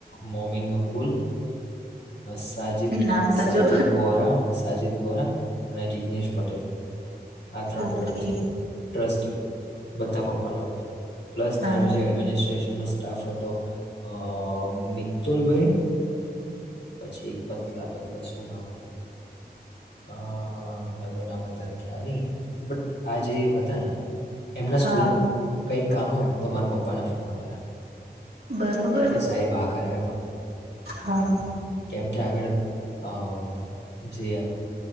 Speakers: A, on the left; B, on the right.
A: મોમિન મકબૂલ. સાજદ
B: નામ તો
A: સાજિદ
B: જો
A: વોરા સાજદ. અજીત વોરા અને જિગ્નેશ પટેલ. આ ત્રણ
B: ઓકે
A: ટ્રક છે ટ્રસ્ટ બધા પપ્પાનો. પ્લસ
B: હા
A: તનું જે એડમિનિસ્ટ્ર્રેેશન. સ્ટાફ હતો અ મિત્તુલભાઈ પછી પતલા પતલા શું નામ હતું અઅ એમનું નામ અત્યારે એમ નહી બટ આ જે હતા ને એમના
B: હા
A: સ્કૂલનું કંઈક કામ હોય ને તો તમારા પપ્પાને ફોન કરા.
B: બરોબર
A: કે સાહેબ આ કરે.
B: હા.
A: કેમકે આગળ અહ જે